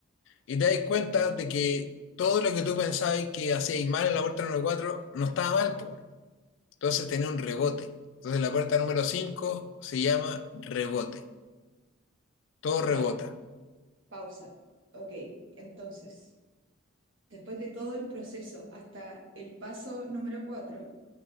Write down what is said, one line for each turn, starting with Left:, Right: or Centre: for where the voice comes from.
Left: y te dais cuenta de que todo lo que tú pensabas que hacíais mal en la puerta número 4 no estaba mal, pues. Entonces tenía un rebote. Entonces la puerta número 5 se llama rebote. Todo
Right: Ya,
Left: rebota.
Right: pausa. Ok, entonces, después de todo el proceso hasta el paso número 4,